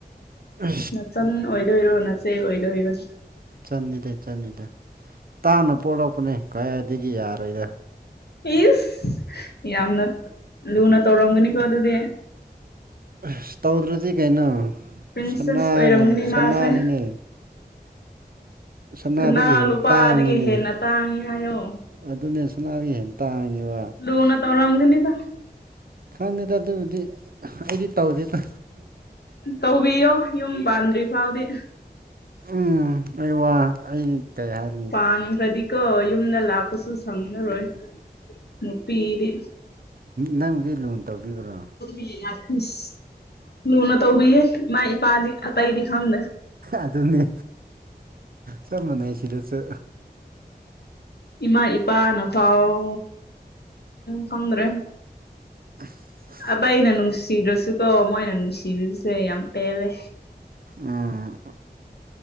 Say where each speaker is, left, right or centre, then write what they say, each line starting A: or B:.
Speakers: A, on the right; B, on the left.
A: ꯑ
B: ꯅꯆꯟ ꯑꯣꯏꯗꯣꯏꯔꯣ ꯅꯆꯦ ꯑꯣꯏꯗꯣꯏꯔꯣ
A: ꯆꯅꯤꯗ ꯆꯅꯤꯗ ꯇꯥꯡꯅ ꯄꯣꯛꯂꯛꯄꯅꯦ ꯀꯗꯥꯏꯗꯒꯤ ꯌꯥꯔꯣꯏꯗ
B: ꯏꯁ ꯌꯥꯝꯅ ꯂꯨꯅ ꯇꯧꯔꯝꯒꯅꯤꯀꯣ ꯑꯗꯨꯗꯤ
A: ꯏꯁ ꯇꯧꯗ꯭ꯔꯗꯤ ꯀꯥꯏꯅ
B: ꯄ꯭ꯔꯤꯟꯁꯦꯁ
A: ꯁꯅꯥꯒꯨꯝ
B: ꯑꯣꯏꯔꯝꯒꯅꯤ
A: ꯁꯠꯅꯥꯅꯤꯅꯦ
B: ꯃꯥꯁꯦ
A: ꯁꯅꯥꯗꯒꯤ
B: ꯁꯅꯥ
A: ꯍꯦꯟ
B: ꯂꯨꯄꯥꯗꯒꯤ
A: ꯇꯥꯡꯉꯤꯅꯦ
B: ꯍꯦꯟꯅ ꯇꯥꯡꯉꯤ ꯍꯥꯏꯌꯣ
A: ꯑꯗꯨꯅꯦ ꯁꯣꯅꯥꯗꯒꯤ ꯍꯦꯟꯅ ꯇꯥꯡꯉꯦꯕ
B: ꯂꯨꯅ ꯇꯧꯔꯝꯒꯅꯤꯗ
A: ꯈꯪꯗꯦꯗ ꯑꯗꯨꯕꯨꯗꯤ ꯑꯩꯗꯤ ꯇꯧꯗꯦꯗ
B: ꯇꯧꯕꯤꯌꯣ ꯌꯨꯝ ꯄꯥꯟꯗ꯭ꯔꯤ ꯐꯥꯎꯗꯤ
A: ꯎꯝ ꯑꯩ ꯋꯥ ꯑꯩ ꯀꯩ ꯍꯥꯏꯦ
B: ꯄꯥꯟꯈ꯭ꯔꯗꯤꯀ ꯌꯨꯝꯗ ꯂꯥꯛꯄꯁꯨ ꯁꯪꯉꯔꯣꯏ ꯅꯨꯄꯤꯗꯤ
A: ꯅꯪꯕꯨꯗꯤ ꯂꯨꯟ ꯇꯧꯕꯤꯕ꯭ꯔꯣ
B: ꯏꯁ ꯂꯨꯅ ꯇꯧꯕꯤꯌꯦ ꯏꯃꯥ ꯏꯄꯥꯗꯤ ꯑꯇꯩꯗꯤ ꯈꯪꯗꯦ
A: ꯑꯗꯨꯅꯤ ꯁ ꯃꯅꯦ ꯁꯤꯗꯁꯨ
B: ꯏꯃꯥ ꯏꯄꯥꯅꯐꯥꯎ ꯈꯪꯗ꯭ꯔꯦ
A: <unintelligible>
B: ꯑꯕꯏ ꯅꯅꯅꯨꯡꯁꯤ ꯗ꯭ꯔꯁꯨ ꯀꯣ ꯃꯣꯏ ꯅꯅꯅꯨꯡꯁꯤ ꯇꯤꯚꯁꯦ ꯌꯥꯝ ꯄꯦꯜꯂꯦ
A: ꯎꯝ